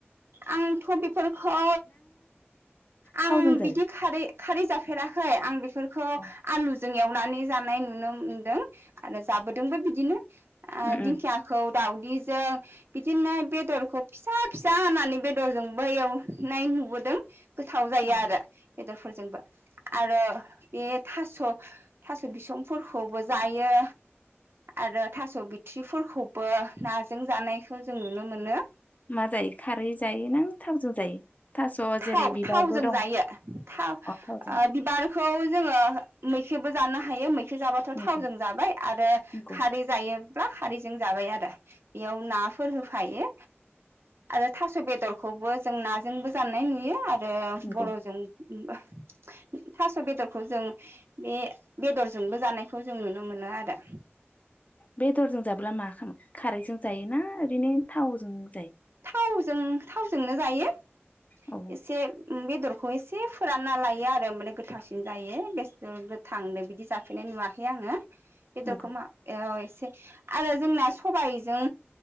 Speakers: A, on the right; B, on the left.
A: आं थ' बेफोरखौ आं
B: थावजों जायो
A: बिदि खारै खारि जाफेराखै आं बे फोरखौ
B: औ
A: आलु जों एवनानै जानाय नुनो मोनदों। आरो जाबोदोंबो बिदिनो ओ
B: उम उम
A: दिंखियाखौ दावदिजों बिदिनो बेदरखौ फिसा फिसा हानानै बेदरजोंबो एवनाय नुबोदों। गोथाव जायो
B: औ
A: आरो। बेदरफोरजोंबो आरो बे था स' थास' बिसंफोरखौबो जायो आरो थास' बिथ्रिफोरखौबो नाजों जानायखौ जों नुनो मोनो।
B: मा जायो खारै जायो ना थावजों जायो। थास'
A: थाव
B: जेरै बिबारबो
A: थावजों
B: दं
A: जायो थाव
B: अ थावजों
A: ओ बिबारखौ जोङो मैखोबो जानो हायो मै खि जाबाथ'
B: नंगौ
A: थावजों जाबाय आरो
B: नंगौ
A: खारै जायो ब्ला खारैजों जाबाय आरो बेयाव नाफोर हो फायो आरो थास' बेदरखौबो जों नाजोंबो जा नाय नुयो ए
B: नंगौ
A: बर'जों उ थास' बेदरखौ जों बे बेदरजोंबो जानायखौ जों नुनो मोनो आरो
B: बेदरजों जाब्ला मा खालामो खारैजों जायोना ओरैनो थावजों जायो
A: थावजों थावजोंनो जायो
B: औ
A: एसे उ बेदरखौ एसे फोरानना लायो आरो माने गोथावसिन जायो बेसर गोथांदों बिदि जाफेरनाय नुवाखै आङो बेदर
B: नंगौ
A: खोमा एसे आरो जोंना सबायजों